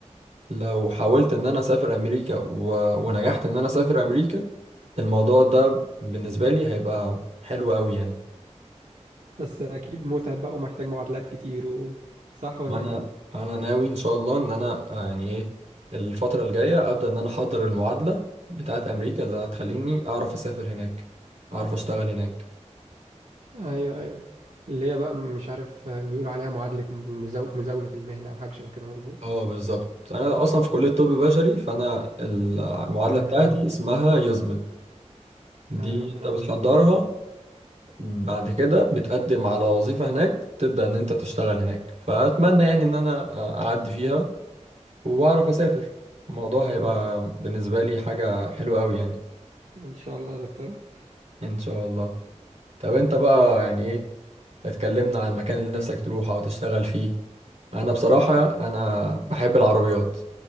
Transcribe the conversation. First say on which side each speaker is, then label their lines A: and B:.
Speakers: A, on the right; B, on the right.
A: لو حاولت ان انا اسافر امريكا و... ونجحت ان انا اسافر امريكا الموضوع ده بالنسبه لي هيبقى حلو قوي يعني
B: بس اكيد متعب بقى ومحتاج معادلات كتير و... صح ولا
A: وانا
B: ايه
A: انا ناوي ان شاء الله ان انا آه، يعني ايه الفتره الجايه ابدا ان انا احضر المعادله بتاعه امريكا اللي هتخليني اعرف اسافر هناك اعرف اشتغل هناك
B: ايوه ايوه اللي هي بقى مش عارف بيقولوا عليها معادلة مزاو... مزاولة المهنة او حاجة شبه كده مظبوط
A: اه بالظبط انا اصلا في كليه طب بشري فانا المعادله
B: اها
A: بتاعتي اسمها يزمل دي
B: آه ربنا
A: انت
B: معاك
A: بتحضرها بعد كده بتقدم على وظيفة هناك تبدأ إن أنت تشتغل هناك فأتمنى يعني إن أنا أعدي فيها وأعرف أسافر الموضوع هيبقى
B: ان ش-
A: بالنسبة لي حاجة حلوة أوي يعني
B: إن شاء الله يا دكتور
A: إن شاء الله طب أنت بقى يعني إيه اتكلمنا عن المكان اللي نفسك تروح أو تشتغل فيه أنا بصراحة أنا بحب العربيات